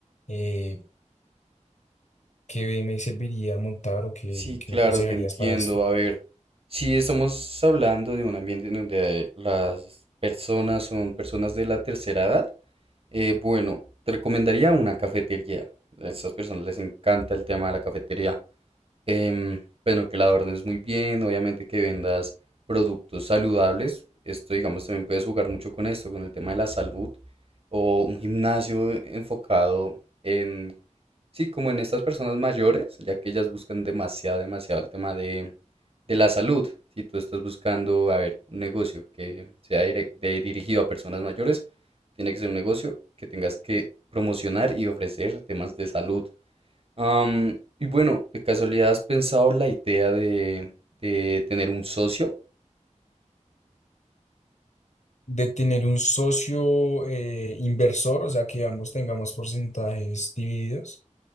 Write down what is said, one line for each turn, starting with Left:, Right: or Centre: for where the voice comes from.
Left: eh, ¿qué me serviría montar o qué,
Right: Sí, claro,
Left: qué me aconsejarías
Right: te entiendo.
Left: para esto?
Right: A ver, si estamos hablando de un ambiente en donde las personas son personas de la tercera edad, Eh, bueno, te recomendaría una cafetería. A estas personas les encanta el tema de la cafetería. Em, bueno, que la adornes muy bien, obviamente que vendas productos saludables. Esto, digamos, también puedes jugar mucho con esto, con el tema de la salud. O un gimnasio enfocado en Sí, como en estas personas mayores, ya que ellas buscan demasiado, demasiado el tema de, de la salud. Si tú estás buscando, a ver, un negocio que sea dire- de- dirigido a personas mayores, tiene que ser un negocio que tengas que promocionar y ofrecer temas de salud. Am, y bueno, ¿de casualidad has pensado la idea de, de tener un socio?
Left: De tener un socio eh, inversor, o sea, que ambos tengamos porcentajes divididos.